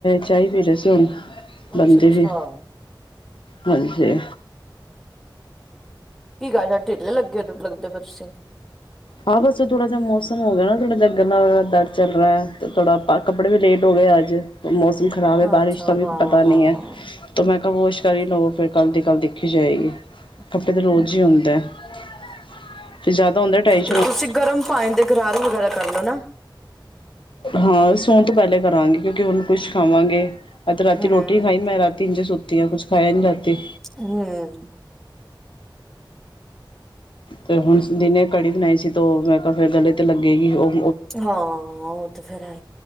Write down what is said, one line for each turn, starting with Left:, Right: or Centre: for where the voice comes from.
Left: ਚਾਹੀ ਪੀ ਰਹੇ
Centre: ਅੱਛਾ
Left: ਬੰਦੀ
Centre: ਅੱਛਾ
Left: ਵੀ
Centre: ਹਮ
Left: ਹਾਂਜੀ
Centre: ਕੀ ਗੱਲ ਏ ਢਿੱਲੇ ਲੱਗੇ ਲੱਗਦੇ ਪਏ ਤੁਸੀਂ?
Left: ਹਾਂ ਬੱਸ ਥੋੜ੍ਹਾ ਜਿਹਾ ਮੌਸਮ ਹੋ ਗਿਆ ਨਾ ਥੋੜਾ ਜਿਹਾ ਗੰਨਾ ਦਰਦ ਚੱਲ ਰਿਹਾ ਹੈ, ਤੇ ਥੋੜਾ ਕੱਪੜੇ ਵੀ ਲੇਟ ਹੋ ਗਏ ਅੱਜ। ਮੌਸਮ ਖ਼ਰਾਬ ਐ, ਬਾਰਿਸ਼
Centre: ਅੱਛਾ
Left: ਦਾ ਵੀ
Centre: ਹਾਂ
Left: ਪਤਾ ਨਹੀਂ
Centre: ਹਾਂ
Left: ਐ। ਤਾਂ ਮੈਂ ਕ ਵਾਸ਼ ਕਰ ਹੀ ਲਵਾਂ, ਫਿਰ ਕੱਲ੍ਹ ਦੀ ਕੱਲ੍ਹ ਦਿਖੀ ਜਾਏਗੀ। <unintelligible> ਕੱਪੜੇ
Centre: ਹਮ
Left: ਤੇ ਰੋਜ਼ ਹੀ ਹੁੰਦਾ <unintelligible> ਫੇਰ ਜਿਆਦਾ ਹੁੰਦਾ ਟਾਈ
Centre: ਤੇ ਤੁਸੀਂ ਗਰਮ ਪਾਣੀ ਦੇ ਗਰਾਰੇ ਵਗੈਰਾ ਕਰ ਲੋ ਨਾ।
Left: ਹਾਂ ਸੋਣ ਪਹਿਲੇ ਤੋਂ ਕਰਾਂਗੇ, ਕਿਉਂਕਿ ਉਹਨੂੰ ਕੁਛ ਖਾਵਾਂਗੇ। ਅੱਜ ਰਾਤੀ
Centre: ਹਮ
Left: ਰੋਟੀ ਨੀ ਖਾਈ, ਮੈਂ ਰਾਤੀ ਇੰਝੇ ਸੁੱਤੀ ਹਾਂ, ਕੁੱਛ ਖਾਇਆ ਨੀ ਰਾਤੀ।
Centre: ਹੂੰ।
Left: ਤੇ ਹੁਣ ਦਿਨੇ ਕੜੀ ਬਣਾਈ ਸੀ, ਤੋਂ ਮੈਂ ਕਿਹਾ ਫੇਰ ਗਲੇ ਤੇ ਲੱਗੇਗੀ ਉਹ।
Centre: ਹਾਂ, ਉਹ ਤੇ ਫੇਰ ਆ।